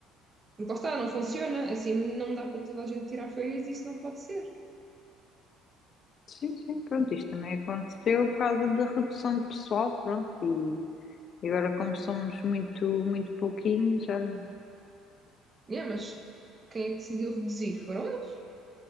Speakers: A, on the right (about 20°); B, on the left (about 35°).
A: Porque lá está, não funciona. Assim não dá para toda a gente tirar férias e isso não pode ser.
B: Sim, sim, pronto, isto também aconteceu por causa da redução de pessoal, pronto, e e agora como somos muito, muito pouquinhos, olha,
A: Yeah, mas quem é que decidiu reduzir? Foram eles.